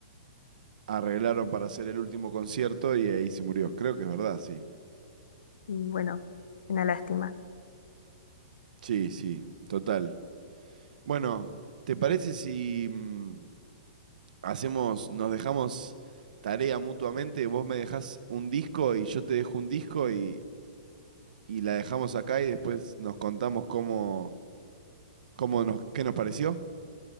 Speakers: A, on the right; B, on the left.
A: arreglaron para hacer el último concierto y ahí se murió. Creo que es verdad, sí.
B: Y bueno, una lástima.
A: Sí, sí, total. Bueno, ¿te parece si mm, hacemos, nos dejamos tarea mutuamente? Vos me dejás un disco y yo te dejo un disco y, y la dejamos acá y después nos contamos cómo, cómo nos, qué nos pareció.